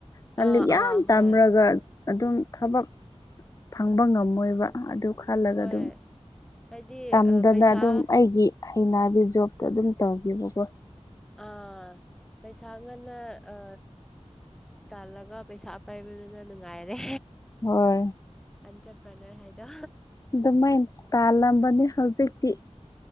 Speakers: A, on the left; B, in the centre.
A: ꯂꯥꯏꯂꯤꯛ
B: ꯑꯥ
A: ꯌꯥꯝ
B: ꯑꯥ ꯍꯣꯏ
A: ꯇꯝꯔꯒ ꯑꯗꯨꯝ ꯊꯕꯛ ꯐꯪꯕ ꯉꯝꯃꯣꯏꯕ ꯑꯗꯨ ꯈꯜꯂꯒ
B: ꯍꯣꯏ
A: ꯑꯗꯨꯝ
B: ꯍꯥꯏꯗꯤ
A: ꯇꯝꯗꯅ
B: ꯑ, ꯄꯩꯁꯥ
A: ꯑꯗꯨꯝ ꯑꯩꯒꯤ ꯍꯩꯅꯕꯤ ꯖꯣꯕꯇꯣ ꯑꯗꯨꯝ ꯇꯧꯒꯤꯕꯀꯣ
B: ꯑꯥ ꯄꯩꯁꯥ ꯉꯟꯅ ꯑ ꯇꯥꯜꯂꯒ ꯄꯩꯁꯥ ꯄꯥꯏꯕꯗꯨꯅ ꯅꯨꯡꯉꯥꯏꯔꯦ
A: ꯍꯣꯏ
B: ꯏꯟꯇꯔꯄ꯭ꯔꯅꯔ ꯍꯥꯏꯗꯣ
A: ꯑꯗꯨꯃꯥꯏ ꯇꯥꯜꯂꯝꯕꯅꯤ ꯍꯧꯖꯤꯛꯇꯤ